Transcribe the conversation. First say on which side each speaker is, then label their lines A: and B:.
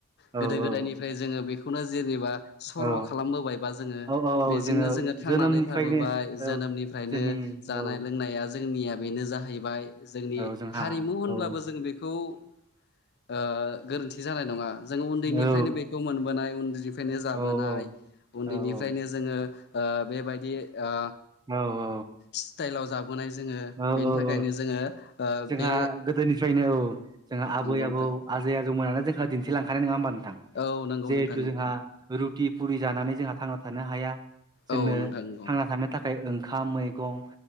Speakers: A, on the right; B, on the left.
A: औ
B: गोदो गोदायनिफ्राय
A: औ
B: जोङो बे खौनो जेनेबा सर'
A: औ
B: खालामबोबाय बा जोङो
A: औ औ
B: बेजोंनो
A: औ
B: जोङो थांनानै
A: जोनोमनिफ्रायनो
B: थाबोबाय जोनोमनिफ्रायनो
A: औ जोंनि
B: जानाय
A: औ
B: लोंनाया जोंनिया बेनो जाहैबाय जोंनि
A: औ जोंहा
B: हारिमु होनबा
A: औ
B: जों बेखौ ओ गोरोन्थि जानाय नङा जों उन्दैनिफ्रायनो
A: औ
B: बे खौ मोनबोनाय उन्दैनिफ्रायनो जाबोनाय
A: औ
B: उन्दैनिफ्रायनो
A: औ औ
B: जोङो ओ बेबायदि ओ
A: औ।
B: स्टाइलाव जाबोनाय जोङो
A: औ
B: बेनि थाखायनो
A: औ
B: जोङो ओ
A: जोंहा
B: बे
A: गोदोनिफ्रायनो औ जोंहा आबै
B: नंगौ
A: आबौ
B: नोंथां
A: आजै आजौ मोनानो जोंहा दिन्थिलांखानाय नङा होमबा नों थां?
B: औ नंगौ
A: जिहेथु
B: नोंथां
A: जोंहा
B: औ
A: रुटि पुरि जानानै जोंहा थांना थानो हाया जोंनो
B: औ नोंथां नंगौ
A: थांना थानो थाखाय ओंखाम मैगं